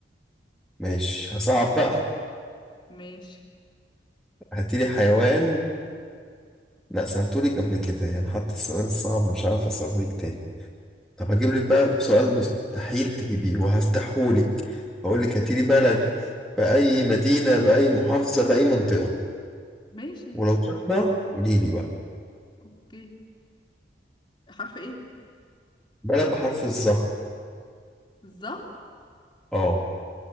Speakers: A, in the centre; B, on the left.
A: ماشي هصعب بقى
B: ماشي
A: هاتيلي حيوان لا سألتولك قبل كده يعني حتى السؤال الصعب مش عارف اسألهولك تاني طب هجيب لك بقى سؤال مستحيل تجيبيه وهفتحهولك هقول لك هاتيلي بلد بأي مدينة بأي محافظة بأي منطقة
B: ماشي
A: ولو شاطرة قولي لي بقى
B: اوكي حرف ايه
A: بلد بحرف الظهر
B: ظه
A: اه